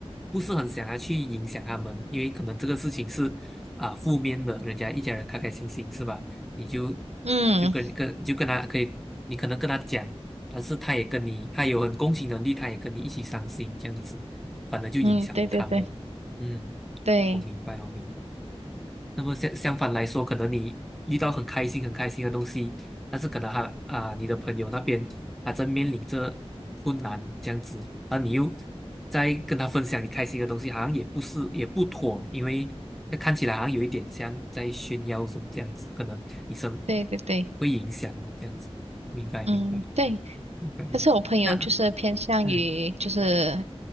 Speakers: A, in the centre; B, on the right (about 80°).
A: 不是很想要去影响他们，因为可能这个事情是啊负面的，人家一家人开开心心是吧？你就
B: 嗯
A: 就跟跟就跟他可以，你可能跟他讲，但是他也跟你，他有很共情能力，他也跟你一起伤心这样子，反而就影响了他们。
B: 嗯，对对对
A: 嗯，
B: 对
A: 我明白，我明白。那么相相反来说，可能你遇到很开心、很开心的东西，但是可能他啊、你的朋友那边他正面临着困难这样子，然后你又在跟他分享你开心的东西，好像也不是也不妥，因为那看起来好像有一点像在炫耀什么这样子，可能你生
B: 对对对，
A: 会影响啊这样子。明白，
B: 嗯对。
A: 明白，明白。明那
B: 可是我朋友就是偏向于就是
A: 嗯